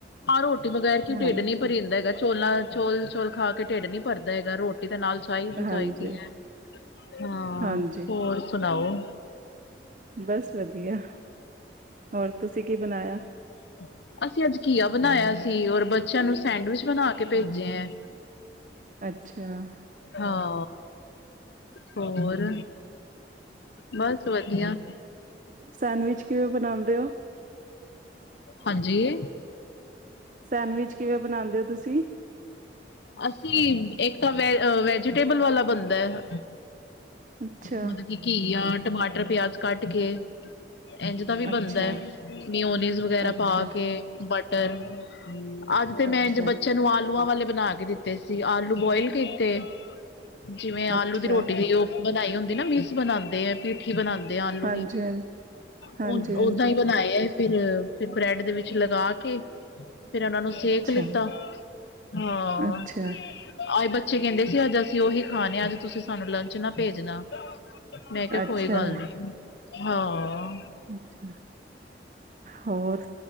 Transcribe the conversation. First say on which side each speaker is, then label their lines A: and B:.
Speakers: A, on the left; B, on the right.
A: ਹਾਂ, ਰੋਟੀ ਵਗੈਰ ਕਿ
B: ਹਾਂਜੀ
A: ਢਿੱਡ ਨੀ ਭਰੀਂਦਾ ਹੈਗਾ। ਚੋਲਾਂ ਚੋਲ, ਚੋਲ ਖਾ ਕੇ ਢਿੱਡ ਨੀ ਭਰਦਾ ਹੈਗਾ, ਰੋਟੀ ਦੇ ਨਾਲ ਚਾਹੀਦੀ-
B: ਹਾਂਜੀ
A: ਚਾਹੀਦੀ ਹੈ, ਹਾਂ,
B: ਹਾਂਜੀ
A: ਹੋਰ ਸੁਣਾਓ?
B: ਬਸ ਵੱਧੀਆ। ਹੋਰ, ਤੁਸੀਂ ਕੀ ਬਣਾਇਆ?
A: <unintelligible> ਅਸੀਂ ਅੱਜ ਘੀਆ ਬਣਾਇਆ ਸੀ, ਔਰ ਬੱਚਿਆਂ ਨੂੰ ਸੈਂਡਵਿਚ ਬਣਾ ਕੇ ਭੇਜੇ ਹੈ।
B: ਅੱਛਾ
A: ਹਾਂ। ਹੋਰ, ਬਸ ਵੱਧੀਆ। <inaudible>
B: ਸੈਂਡਵਿਚ ਕਿਵੇਂ ਬਣਾਉਂਦੇ ਹੋ
A: ਹਾਂਜੀ।
B: ਸੈਂਡਵਿਚ ਕਿਵੇਂ ਬਣਾਉਂਦੇ ਹੋ ਤੁਸੀਂ?
A: ਅਸੀਂ, ਇੱਕ ਤਾਂ ਵ- ਵੈਜੀਟੇਬਲ ਵਾਲਾ ਬਣਦਾ ਹੈ,
B: ਅੱਛਾ
A: ਮਤਲਬ ਕੀ, ਘੀਆ ਟਮਾਟਰ ਪਿਆਜ ਕੱਟ ਕੇ ਇੰਝ ਦਾ ਵੀ ਬਣਦਾ
B: ਅੱਛਾ
A: ਹੈ, ਮਿਓਨੀ ਵਗੈਰਾ
B: ਅੱਛਾ
A: ਪਾ ਕੇ, ਬਟਰ, ਅੱਜ ਤੇ ਮੈਂ
B: ਅੱਛਾ
A: ਇੰਝ ਬੱਚਿਆਂ ਨੂੰ ਆਲੂਆਂ ਵਾਲੇ ਬਣਾ ਕੇ ਦਿੱਤੇ। ਤੇ ਅਸੀ ਆਲੂ ਬੋਇਲ ਕੀਤੇ, ਜਿਵੇਂ ਆਲੂ
B: ਅੱਛਾ
A: ਦੀ ਰੋਟੀ, ਉਹ ਬਣਾਈ ਹੁੰਦੀ ਨਾ, ਮੀਕਸ ਬਣਾਉਂਦੇ ਹੈ, ਪਿੱਠੀ ਬਣਾਉਂਦੇ ਤੇ ਆਲੂ
B: ਹਾਂਜੀ
A: ਦੀ,
B: ਹਾਂਜੀ ਹਾਂਜੀ
A: ਓ-ਓਦਾਂ
B: ਹਾਂਜੀ
A: ਹੀ ਬਣਾਏ। ਫਿਰ, ਫਿਰ ਬਰੈਡ ਦੇ ਵਿੱਚ ਲਗਾ ਕੇ ਫਿਰ ਉਹਨਾਂ ਨੂੰ ਸੇਕ
B: ਅੱਛਾ
A: ਲਿੱਤਾ, ਹਾਂ।
B: ਅੱਛਾ
A: ਅੱਜ ਬੱਚੇ ਕਹਿੰਦੇ ਸੀ, ਅੱਜ ਅਸੀਂ ਉਹੀ ਖਾਣੇ, ਅੱਜ ਤੁਸੀਂ ਸਾਨੂੰ ਲੰਚ ਨਾ ਭੇਜਣਾ। ਮੈਂ ਕਿਹਾ
B: ਅੱਛਾ,
A: ਕੋਈ ਗੱਲ ਨੀ, ਹਾਂ।
B: ਅੱਛਾ। ਹੋਰ,